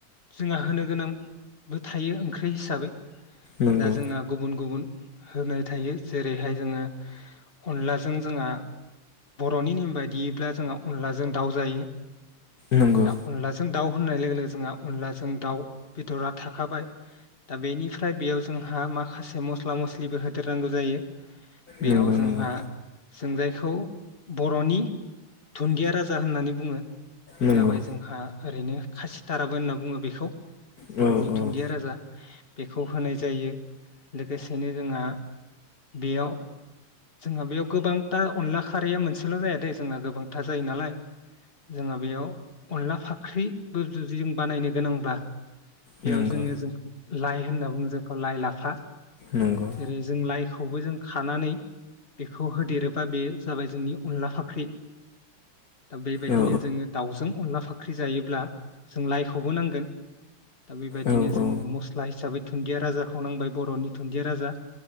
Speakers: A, on the left; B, on the left.
A: जोंहा होनो गोनांबो थायो ओंख्रि हिसाबै।
B: नंगौ
A: जा जोंना गुबुन गुबुन होनाय थायो जेरैहाय जोङो अनलाजों जोंहा बरनि नेम बायदियैब्ला जोंहा अनलाजों दाउ जायो।
B: नंगौ
A: दा अनलाजों दाव होननाय लोगो लोगो जोंहा अनलाजों दाव बेदरा थाखाबाय दा बेनिफ्राय बेयाव जोंहा माखासे मस्ला मस्लि बो होदेरनांगौ जायो बेयाव
B: नंगौ
A: जोंहा
B: नंगौ
A: जों जाय खौ बरनि दुन्दिया राजा होननानै बुङो। बे
B: नंगौ
A: जाबाय जोंहा ओरैनो खासिथाराबो होनना बुङो बेखौ।
B: औ
A: बरनि दुन्दिया
B: औ
A: राजा। बेखौ होनाय जायो लोगोसेनो जोंहा बेयाव जोंहा बेयाव गोबांथा अनला खारैया मोनसेल जाया दै जोंना गोबांथा जायो नालाय जोंहा बेयाव अनला फाख्रिबो जुदि जों बानायनो गोनांबा बेयाव
B: नंगौ
A: जोङो जों लाइ होनना बुङो जोंखौ लाइ लाफा।
B: नंगौ
A: जेरै जों लाइफ खौबो जों खानानै बेखौ होदेरोबा बे जाबाय जोंनि अनला फाख्रि दा बेबायदिनो
B: औ
A: जोङो दाउजों अनला फाख ख्रि जायोब्ला जों लाइआ खौबो नांगोन दा बेबायदिनो
B: औ
A: जोङो
B: औ
A: मस्ला हिसाबै दुनन्दिया राजाखौ नांबाय बरनि दुनन्दिया राजा।